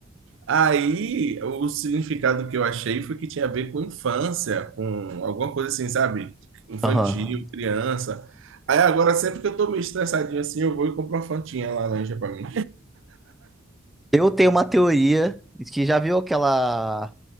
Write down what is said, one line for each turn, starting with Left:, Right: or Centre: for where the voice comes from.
Right: Aí, o significado que eu achei foi que tinha a ver com infância, com alguma coisa assim, sabe? Infantil,
Centre: aham.
Right: criança. Aí agora, sempre que eu tô meio estressadinho assim, eu vou e compro uma fantinha laranja pra mim.
Centre: Eu tenho uma teoria que já viu aquela.